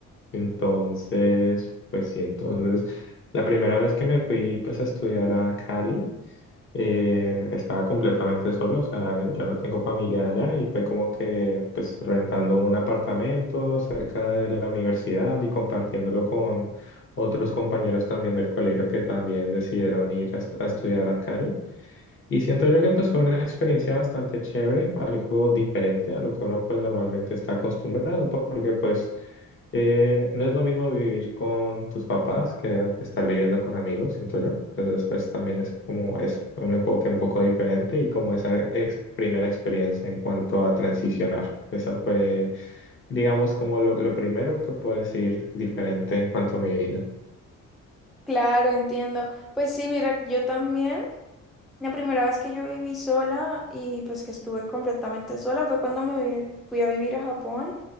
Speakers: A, on the left; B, in the centre.
A: Entonces, pues sí, entonces la primera vez que me fui pues a estudiar a Cali, eh, estaba completamente solo, o sea, yo no tengo familia allá y fue como que pues rentando un apartamento cerca de la universidad y compartiéndolo con otros compañeros también del colegio que también decidieron ir a, est- a estudiar a Cali. Y siento yo que pues fue una experiencia bastante chévere, algo diferente a lo que uno pues normalmente está acostumbrado, porque pues eh, no es lo mismo vivir con tus papás que estar viviendo con amigos, siento yo. Entonces pues también es como es un enfoque un poco diferente y como esa ex- primera experiencia en cuanto a transicionar. Esa fue, digamos, como lo, lo primero que puedo decir diferente en cuanto a mi vida.
B: Claro, entiendo. Pues sí, mira, yo también, la primera vez que yo viví sola y pues que estuve completamente sola fue cuando me vi- fui a vivir a Japón